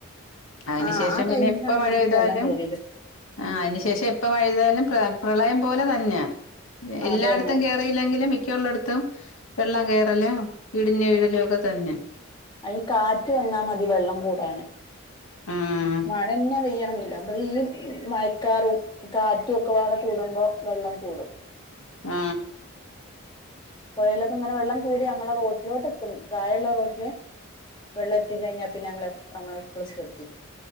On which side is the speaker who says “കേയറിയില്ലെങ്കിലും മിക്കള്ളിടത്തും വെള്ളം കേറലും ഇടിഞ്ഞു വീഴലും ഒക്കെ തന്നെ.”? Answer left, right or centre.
Left